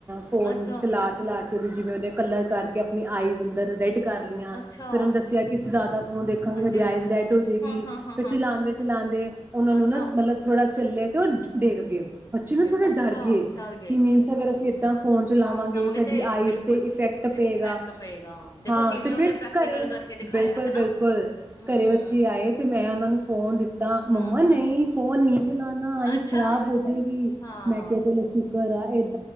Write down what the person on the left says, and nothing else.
ਅੱਛਾ,
ਅੱਛਾ।
ਹਾਂਜੀ-ਹਾਂਜੀ,
ਹਾਂ-ਹਾਂ-ਹਾਂ-ਹਾਂ,
ਅੱਛਾ,
ਫਿਰ
ਅੱਛਾ
ਡਰ ਗਏ।
ਹਾਂ, ਚਾਵਾਂਗੇ
ਤੇ
ਬਿਲਕੁਲ।
ਇਸ ਫੈਕਟ ਪਏਗਾ, ਦੇਖੋ
ਕਿਵੇਂ
ਉਹਨੇ ਪ੍ਰੈਕਟੀਕਲ
ਕਰਕੇ ਦਿਖਾਇਆ
ਹਨਾ।
ਹੂੰ,
ਹੂੰ-ਹੂੰ,
ਅੱਛਾ,
ਹਾਂ।